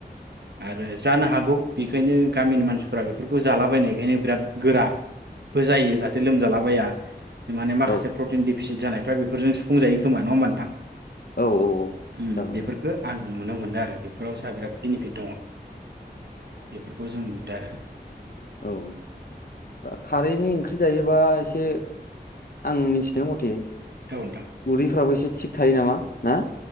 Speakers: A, on the right (about 80°); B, on the left (about 60°).
A: आरो जानो हागौ बिखायनो गामिनि मानसिफोरा बेफोरखौ जालाबायनायखायनो बिराद गोराबो जायो जा थे लोमजालाबाया माने माखासे
B: औ
A: प्रटिन फिसिद जानायफ्रा बेजों सुफुं जायो खोमा नङा होमबा नोंथां
B: औ औ
A: ओम
B: जागोन
A: बेफोरखौ
B: जागोन
A: आं नुनो मोनदों आरो बेफोराव सा बिराद बेनिफिट दङ बेफोरखौ जों नुदों आरो
B: औ खारैनि ओंख्रि जायोबा एसे आं मिथिनाय मथे
A: औ नोंथां
B: उदैफ्राबोसे थिग थायो नामा ना